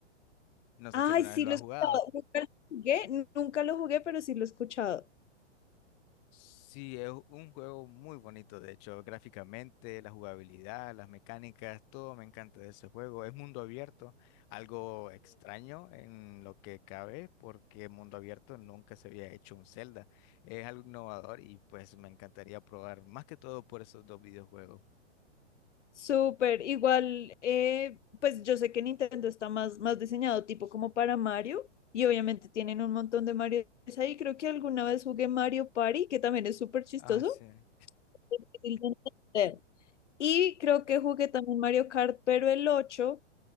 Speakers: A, on the left; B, on the left.
A: No sé
B: Ay,
A: si alguna
B: sí,
A: vez lo
B: lo
A: has
B: he
A: jugado.
B: escuchado, nunca lo jugué, nunca lo jugué, pero sí lo he escuchado.
A: Sí, es un juego muy bonito, de hecho, gráficamente, la jugabilidad, las mecánicas, todo me encanta de ese juego. Es mundo abierto, algo extraño en lo que cabe, porque mundo abierto nunca se había hecho un Zelda. Es algo innovador y pues me encantaría probar más que todo por esos dos videojuegos.
B: Súper, igual, eh, pues yo sé que Nintendo está más, más diseñado tipo como para Mario y obviamente tienen un montón de Mario ahí. Creo que alguna vez jugué Mario Party, que también es súper chistoso.
A: Ah, sí.
B: difícil de entender. Y creo que jugué también Mario Kart, pero el ocho